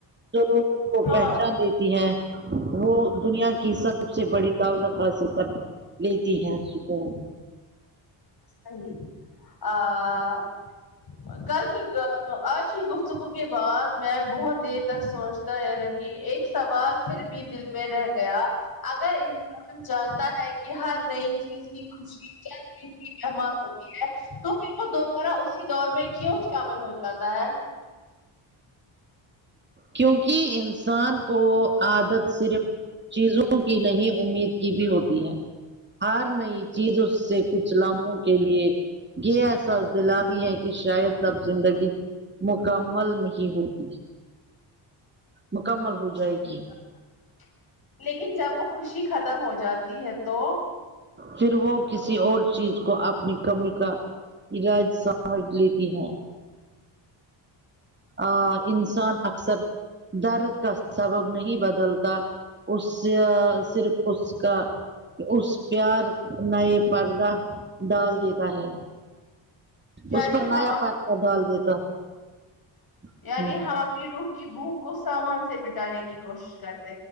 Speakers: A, on the right (about 20°); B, on the left (about 50°).
A: لت کو <unintelligible>
B: ہاں
A: پہچان دیتی ہیں وہ دنیا کی سب سے بڑی دولت حاصل کر لیتی ہے سکون
B: صحیح آ کل کی آج کی گفتگو کے بعد میں بہت دیر تک سوچتا رہی ایک سوال پھر بھی دل میں رہ گیا اگر انسان جانتا ہے کہ ہر نئی چیز کی خوشی دل مہمان <unintelligible> ہوتی ہے تو پھر وہ دوبارہ اسی دور میں کیوں شامل ہو جاتا ہے
A: کیونکہ انسان کو عادت صرف چیزوں کی نہیں امید بھی ہوتی ہے ہار نئی چیز اس سے کچھ لمحوں کے لیے یہ احساس دلاتی ہیں کہ شاید اب زندگی مکمل نہیں ہوتی مکمل ہو جائے
B: صحیح
A: گی
B: کہا لیکن جب وہ خوشی ختم ہو جاتی ہے تو
A: پھر وہ کسی اور چیز کو اپنی کمی کا علاج <unintelligible> سمجھ لیتی ہے ا انسان اکثر درد کا سبب نہیں بدلتا اس سے صرف اس کا اس پیار نہ یہ پردہ ڈال دیتا ہے
B: یعنی
A: اس پر نیا
B: ہم
A: پرچا ڈال دیتا
B: یعنی
A: ہے
B: ہم اپنی روح کی بھوک کو سامان سے مٹانے کی کوشش کرتے